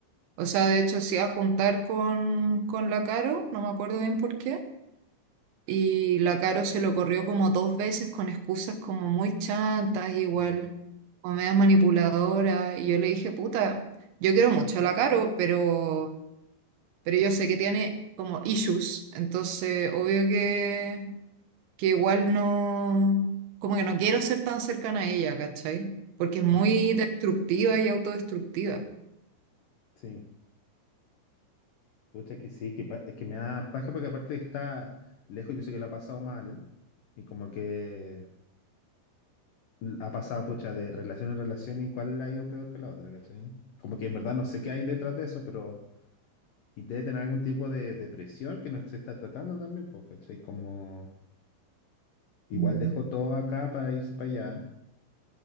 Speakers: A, on the right; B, on the left.
A: O sea, de hecho, sí a juntar con, con la Caro, no me acuerdo bien por qué. Y la Caro se lo corrió como dos veces con excusas como muy chantas, igual,
B: Ya.
A: o medio manipuladora. Y yo le dije, puta, yo quiero mucho a la Caro, pero, pero yo sé que tiene como issues, entonces obvio que que igual no, como que no quiero ser tan cercana a ella, ¿cachai? Porque es muy
B: Mm,
A: destructiva y autodestructiva.
B: Sí, pucha que sí, que pa- es que me da paja porque aparte está lejos, yo sé que lo ha pasado mal y como que ha pasado pucha de relación en relación y cuál la ha ido peor que la otra, ¿cachai? Como que en verdad no sé qué hay detrás de eso, pero y debe tener algún tipo de depresión que no se está tratando también, pues, ¿cachai? Como... Igual
A: Mm.
B: dejó todo acá para irse para allá,